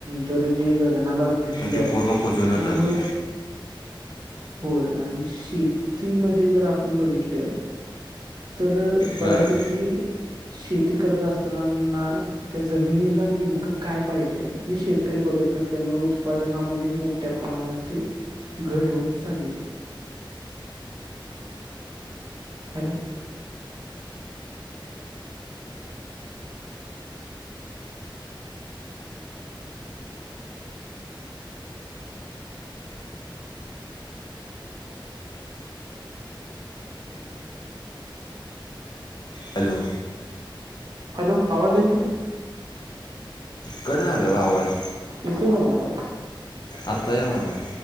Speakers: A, on the right; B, on the left.
A: दर जे गगनाला भिडल्यात
B: ते पूर्ण कुजूनच
A: त्यामुळं
B: जाते
A: होय आणि शेतीमध्ये जर आपण बघितलं तर बऱ्यापैकी
B: होय
A: शेती करत असताना ना त्या जमिनीला नेमकं काय पाहिजे हे शेतकरी बघत नसल्यामुळे उत्पादनांमध्ये मो मोठ्या प्रमाणात ते घट होत चाललेली आहे. हॅलो! हॅलो!
B: हॅलो!
A: हॅलो! आवाज येतोय?
B: कट झालेला आवाज.
A: येतो का माझा आवाज?
B: आता याय लागलाय.